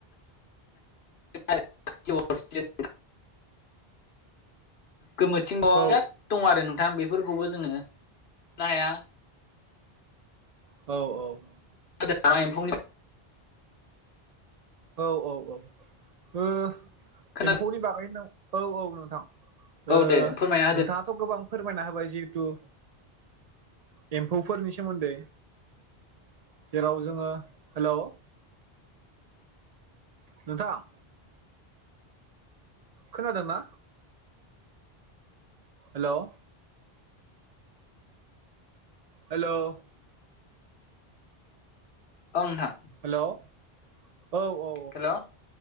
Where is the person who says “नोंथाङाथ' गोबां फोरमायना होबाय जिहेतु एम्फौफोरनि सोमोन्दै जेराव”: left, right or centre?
Right